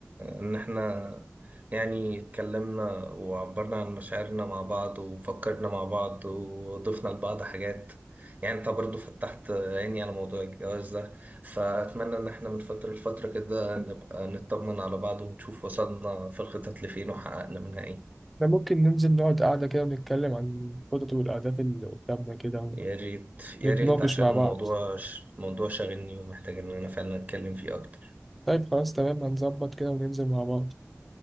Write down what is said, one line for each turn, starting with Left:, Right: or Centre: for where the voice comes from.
Right: ان احنا يعني اتكلمنا وعبرنا عن مشاعرنا مع بعض وفكرنا مع بعض وضفنا لبعض حاجات يعني انت برضو فتحت عيني على موضوع الجواز ده فاتمنى ان احنا من فترة لفترة كده نبقى نطمن على بعض ونشوف وصلنا في الخطط لفين وحققنا منها ايه
Centre: ده ممكن ننزل نقعد قعدة كده ونتكلم عن الخطط والأهداف اللي قدامنا كده
Right: يا ريت يا
Centre: ونتناقش
Right: ريت عشان
Centre: مع
Right: الموضوع
Centre: بعض
Right: الموضوع شاغلني ومحتاج ان انا فعلا اتكلم فيه اكتر
Centre: طيب خلاص تمام هنظبط كده وننزل مع بعض